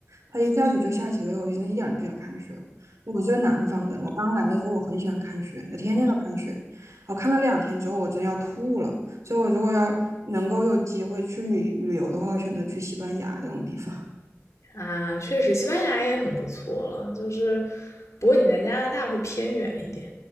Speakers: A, on the right; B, on the left.
A: 它一下雪就下几个月，我现在一点儿都不想看雪了。我是个南方人，我刚来的时候我很喜欢看雪，天天都看雪。我看了两天之后，我真要吐了。所以，我如果要能够有机会去旅旅游的话，我选择去西班牙这种地方。
B: 啊，确实，西班牙也很不错了。就是，不过你在加拿大会偏远一点。